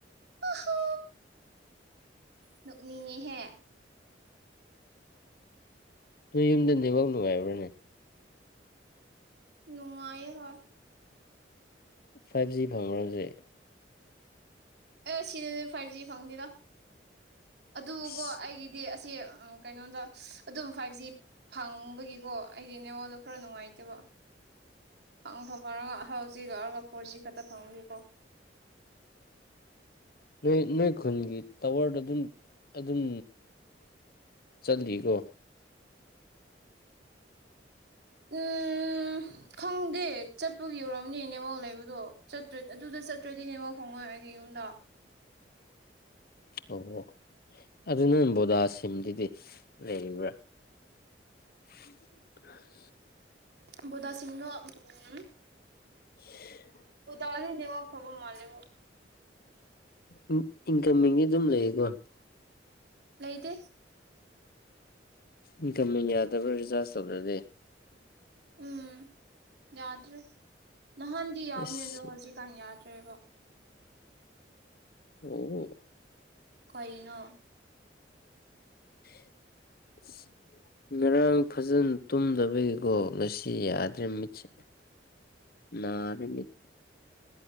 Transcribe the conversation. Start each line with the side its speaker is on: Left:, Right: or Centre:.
Right: ꯍꯥ ꯅꯣꯛꯅꯤꯡꯉꯦꯍꯦ
Left: ꯅꯣꯏ ꯌꯨꯝꯗ ꯅꯦꯠꯋꯥꯔꯛ ꯅꯨꯡꯉꯥꯏꯕ꯭ꯔꯅꯦ
Right: ꯅꯨꯡꯉꯥꯏꯌꯦ ꯍꯣꯏ
Left: ꯐꯥꯏꯚ ꯖꯤ ꯐꯪꯕ꯭ꯔ ꯍꯧꯖꯤꯛ
Right: ꯑꯦ ꯁꯤꯗꯗꯤ ꯐꯥꯏꯚ ꯖꯤ ꯐꯪꯗꯦꯗ ꯑꯗꯨꯀꯣ
Left: ꯏꯁ
Right: ꯑꯩꯒꯤꯗꯤ ꯑꯁꯤ ꯑꯥ ꯀꯩꯅꯣꯗ ꯑꯗꯨꯝ ꯐꯥꯏꯚ ꯖꯤ ꯐꯪꯕꯒꯤꯀꯣ ꯑꯩꯒꯤ ꯅꯦꯠꯋꯥꯛꯗꯣ ꯈꯔ ꯅꯨꯡꯉꯥꯏꯇꯦꯕ
Left: <inaudible>
Right: ꯐꯪ ꯐꯪ ꯐꯪꯔꯒ ꯍꯧꯖꯤꯛ ꯂꯥꯛꯔꯒ ꯐꯣꯔꯖꯤ ꯈꯠꯇ ꯐꯪꯕꯒꯤꯀꯣ
Left: ꯅꯣꯏ ꯅꯣꯏ ꯈꯨꯟꯒꯤ ꯇꯋꯔꯗ ꯑꯗꯨꯝ ꯑꯗꯨꯝ ꯆꯠꯂꯤꯀꯣ
Right: ꯎꯝ ꯎꯝ ꯈꯪꯗꯦ ꯆꯠꯄꯒꯤ ꯑꯣꯏꯔꯝꯅꯦ ꯅꯦꯋꯥꯛ ꯂꯩꯕꯗꯣ ꯆꯠꯇ꯭ꯔꯗꯤ ꯑꯗꯨꯗ ꯆꯠꯇ꯭ꯔꯗꯤ ꯅꯦꯋꯥꯛ ꯐꯪꯑꯣꯏ ꯍꯣꯏ ꯑꯩꯒꯤ ꯌꯨꯝꯗ
Left: ꯑꯣ ꯑꯣ ꯑꯗꯨꯅꯪ ꯕꯣꯗꯥ ꯁꯤꯝꯗꯨꯗꯤ ꯂꯩꯔꯤꯕ꯭ꯔꯥ <unintelligible>
Right: ꯕꯣꯗꯥ ꯁꯝꯗꯣ ꯎꯝ
Left: <unintelligible>
Right: ꯕꯣꯗꯗꯤ ꯅꯦꯠ ꯋꯥꯛ ꯐꯕ ꯃꯟꯂꯦꯕꯣ
Left: ꯏꯟ ꯏꯟꯀꯝꯃꯤꯡꯗꯤ ꯑꯗꯨꯝ ꯂꯩꯌꯦꯀꯣ
Right: ꯂꯩꯇꯦ
Left: ꯏꯟꯀꯝꯃꯤꯡ ꯌꯥꯗꯕ꯭ꯔꯥ ꯔꯤꯆꯥꯔꯖ ꯇꯧꯗꯔꯗꯤ
Right: ꯎꯝ ꯌꯥꯗꯔꯦ ꯅꯍꯥꯟꯗꯤ ꯌꯥꯎꯕꯅꯦ
Left: ꯑꯁ
Right: ꯑꯗꯣ ꯍꯧꯖꯤꯛꯀꯥꯟ ꯌꯥꯗ꯭ꯔꯦꯕ
Left: ꯑꯍꯨ
Right: ꯀꯩꯅꯣ
Left: <inaudible> ꯉꯔꯥꯡ ꯐꯖꯅ ꯇꯨꯝꯗꯕꯒꯤꯀꯣ ꯉꯁꯤ ꯌꯥꯗ꯭ꯔꯦ ꯃꯤꯠꯁꯦ ꯅꯔꯦ ꯃꯤꯠ